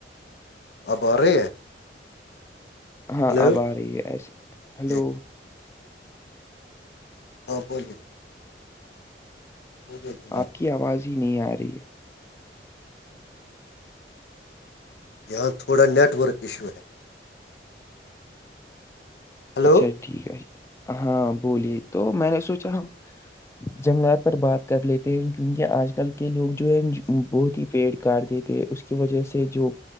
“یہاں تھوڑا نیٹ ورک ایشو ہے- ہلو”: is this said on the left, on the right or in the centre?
Left